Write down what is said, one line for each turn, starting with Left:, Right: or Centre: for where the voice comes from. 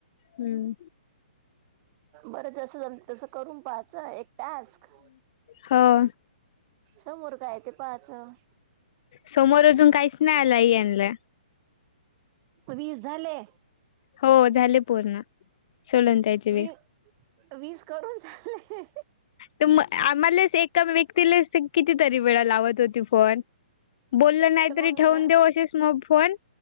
Left: हम्म.
Right: बरं जस जमतं तस करून पाहाच एक टास्क.
Left: हां.
Right: समोर काय ए ते पाहाचं.
Left: समोर अजून काहीच नाही आला येनला.
Right: वीस झाले.
Left: हो झाले पूर्ण. <unintelligible>
Right: वी वीस करून झाले.
Left: त म आम्हालेच. एका व्यक्तीलाच कितीतरी वेळा लावत होती फोन. बोललं नाही
Right: तर मग.
Left: तरी ठेवून देऊ असेच म फोन.